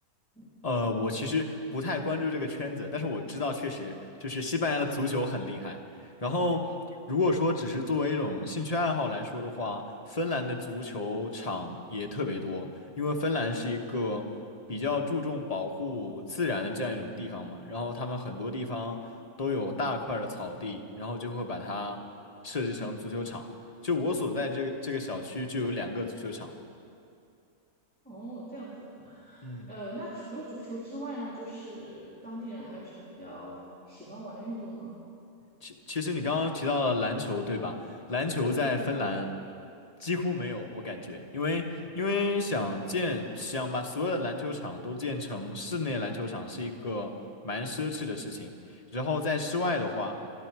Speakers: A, in the centre; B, on the left.
A: 嗯
B: 呃，我其实不太关注这个圈子，但是我知道确实就是西班牙的足球很厉害。然后，如果说只是作为一种兴趣爱好来说的话，芬兰的足球场也特别多，因为芬兰是一个比较注重保护自然的这样一种地方嘛。然后他们很多地方都有大块儿的草地，然后就会把它设计成足球场。就我所在这个这个小区就有两个足球场。
A: 哦，这样子。
B: 嗯。
A: 呃，那除了足球之外呢，就是当地人还有什么比较喜欢玩的运动吗？
B: 其其实你刚刚提到了篮球，对吧？篮球在芬兰
A: 对的。
B: 几乎没有，我感觉，因为因为想建想把所有的篮球场都建成室内篮球场是一个蛮奢侈的事情，然后在室外的话，